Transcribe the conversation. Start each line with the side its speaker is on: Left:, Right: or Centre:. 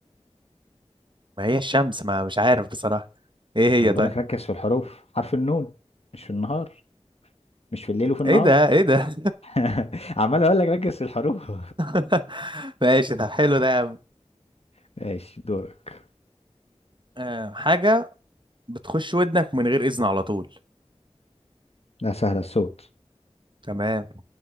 Right: ما هي الشمس ما مش عارف بصراحة ايه هي
Left: انا بقول
Right: طيب
Left: لك ركز في الحروف حرف النون مش في النهار مش في الليل وفي النهار
Right: ايه ده ايه ده
Left: <laughs> عمال اقول لك ركز في الحروف
Right: <laughs> ماشي طب حلو ده يا عم
Left: <laughs> ماشي دورك
Right: آه، حاجة بتخش ودنك من غير إذن على طول
Left: لا سهله الصوت
Right: تمام